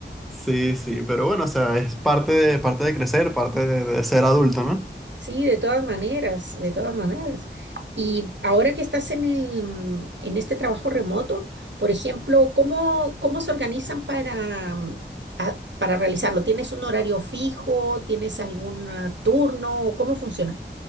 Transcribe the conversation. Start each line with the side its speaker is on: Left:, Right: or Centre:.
Centre: Sí, sí, pero bueno, o sea, es parte de, parte de crecer, parte de, de ser adulto, ¿no?
Right: Sí, de todas maneras, de todas maneras. Y ahora que estás en el, mm, en este trabajo remoto, por ejemplo, ¿cómo, cómo se organizan para, mm, a- para realizarlo? ¿Tienes un horario fijo? ¿Tienes algún ah, turno? ¿Cómo funciona?